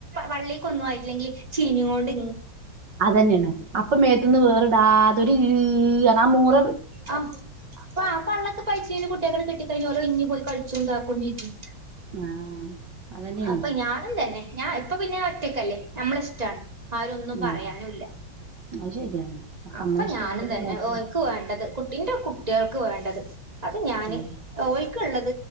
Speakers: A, on the right; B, on the right.
A: വള്ളിക്ക് ഒന്നും ആയിറ്റില്ലങ്കിൽ ചീഞ്ഞോണ്ട്
B: അതന്നെണ് അപ്പ മേത്ത്ന്ന് വേറ്ടാതെ- ഒര് ഇ്ഈ് റഞ്ഞ ആ മൂള
A: ആ അപ്പ ആ പള്ളക്ക് പൈച്ചീന് കുട്ട്യാക്കാ കിട്ടി ക ട്ടി കയ്ഞ്ഞാ ഓല് ഒഴിഞ്പ്പോയി കള്ച്ചും ഇതാക്കും ചെജ്ജും.
B: ആഹ് അതന്നെയാണേ
A: അപ്പൊ ഞാനുംതന്നെ ഞാൻ ഇപ്പ പിന്നെ ഒറ്റക്കല്ലേ നമ്മളിഷ്ടാണ് ആരും ഒന്നും പറയാനുംല്ല
B: ആഹ് അത് ശരിയാണ്
A: അപ്പൊ
B: നമ്മളെ ഇഷ്ടം
A: ഞാനും
B: പോലെ
A: തന്നെ
B: കാട്ടും
A: ഓന്ക്ക് വേണ്ടത് കുട്ടി ഇന്റെ കുട്ടികൾ ഇക്ക് വേണ്ടത് അത് ഞാന്
B: ഉം
A: ഓല്- ക്ക് ള്ളത്